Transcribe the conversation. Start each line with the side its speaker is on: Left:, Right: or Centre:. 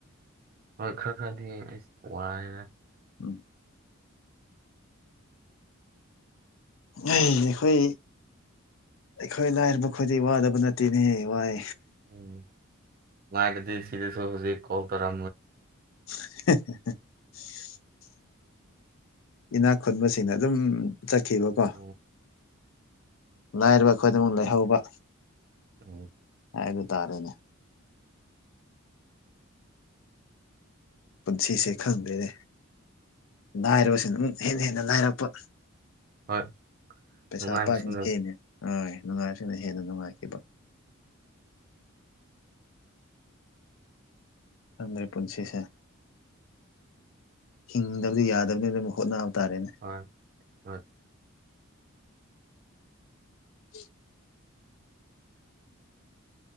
Right: ꯍꯣꯏ ꯈꯔ ꯈꯔꯅꯤ ꯑꯩꯁ ꯋꯥꯔ
Left: ꯎꯝ ꯑꯩꯈꯣꯏ ꯑꯩꯈꯣꯏ ꯂꯥꯏꯔꯕ ꯈꯗꯤ ꯋꯥꯗꯕ ꯅꯠꯇꯦꯅꯦ ꯋꯥꯏ
Right: ꯎꯝ ꯃꯥꯏꯗꯤ ꯁꯤꯗ ꯁ ꯍꯧꯁꯦ ꯀꯣꯜ ꯇꯔ
Left: <unintelligible> ꯏꯅꯥꯛ ꯈꯨꯟꯁꯤꯡꯅ ꯑꯗꯨꯝ ꯆꯠꯈꯤꯕꯀꯣ
Right: ꯎꯝ
Left: ꯂꯥꯏꯔꯕ ꯑꯩꯈꯣꯏꯗꯤꯡꯃꯛ ꯂꯩꯍꯧꯕ
Right: ꯎꯝ
Left: ꯍꯥꯏꯕ ꯇꯥꯔꯦꯅꯦ ꯄꯨꯟꯁꯤꯁꯦ ꯈꯪꯗꯦꯅꯦ ꯂꯥꯏꯔꯕꯁꯤ ꯑꯗꯨꯝ ꯍꯦꯟꯅ ꯍꯦꯟꯅ ꯂꯥꯏꯔꯛꯄ
Right: ꯍꯣꯏ
Left: ꯄꯩꯁꯥꯄꯥꯦꯅꯦ
Right: ꯅꯨꯡꯉꯥꯏꯕꯁꯤꯡꯅ
Left: ꯍ ꯅꯨꯡꯉꯥꯏꯔꯁꯤꯅꯦ ꯍꯦꯟꯅ ꯅꯨꯡꯉꯥꯏꯈꯤꯕ ꯃꯔꯤ ꯄꯨꯟꯁꯤꯁꯦ ꯍꯤꯡꯗꯕꯗꯤ ꯌꯥꯗꯕꯅꯤꯅ ꯑꯗꯨꯝ ꯍꯣꯠꯅꯕ ꯇꯥꯔꯦꯅꯦ
Right: ꯍꯣꯏ ꯍꯣꯏ
Left: ꯎ